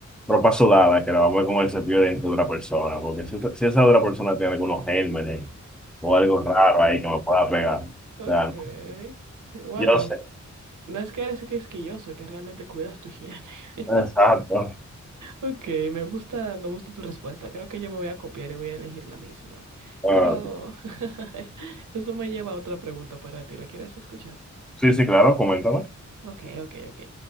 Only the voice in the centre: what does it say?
ropa sudada que la vamos a ver con el cepillo de dientes de otra persona, porque si, otra- si esa otra persona tiene algunos gérmenes o algo raro ahí que me pueda pegar, o
sea,
yo sé.
Exacto.
Ah,
sí, sí, claro, coméntame.